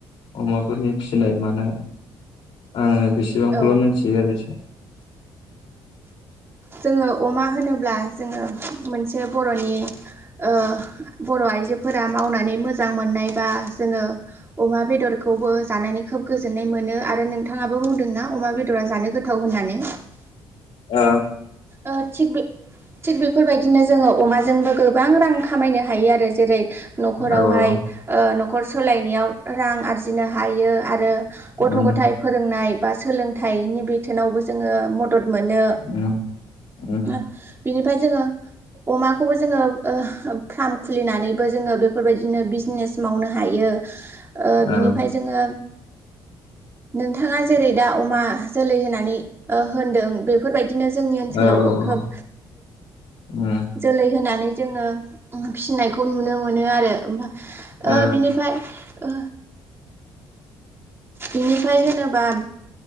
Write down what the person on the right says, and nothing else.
औ
जोङो अमा होनोब्ला जोङो मोनसे बर'नि ओ बर' आइजोफोरा मावनानै मोजां मोननाय बा जोङो अमा बेदरखौबो जानानै खोब गोजोननाय मोनो आरो नोंथाङाबो बुंदोंना अमा बेदरा जानो गोथाव होननानै।
ओ थिग बे थिग बेफोरबायदिनो जोङो अमाजोंबो गोबां रां खामायनो हायो आरो जेरै। न'खरावहाय
ओ न'खर सालायनायाव रां आरजिनो हायो आरो। गथ'
गथायाइ फोरोंनाय बा सोलोंथाइनि बिथथोनावबो जोङो मद मदद मोनो
ओ बिनिफ्राय जोङो अमाखौबो जोङो ओ फार्म खुलिनानैबो जोङो बेफोरबायदिनो बिजनेस मावनो हायो। ओ
बिनिफ्राय जोङो। नोंथाङा जेरै दा अमा जोलै होननानै ओ होनदों बेफोरबायदिनो जोंनि सोलावबो
खोब
जोलै होनाय जोङो उम फिसिनायखौ नुनो मोनो आरो होम ओ
बिनिफ्राय ओ बिनिफ्राय होनोबा